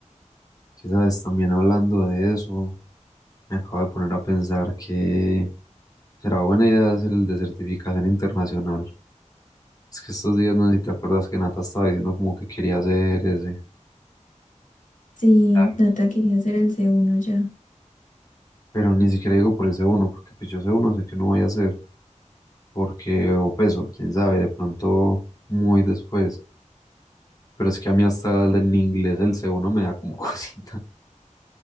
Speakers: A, on the left; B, on the left.
A: que sabes, también hablando de eso, me acabo de poner a pensar que será buena idea hacer el de certificación internacional. Es que estos días, no sé si te acuerdas que Nata estaba diciendo como que quería hacer ese.
B: Sí,
A: Tal.
B: Nata quería hacer el c uno ya.
A: Pero ni siquiera digo por ese uno, porque pues yo ese uno sé que no voy a hacer. porque, o pues, o quién sabe, de pronto muy después. Pero es que a mí hasta el en inglés el C1 me da como <laughs> cosita.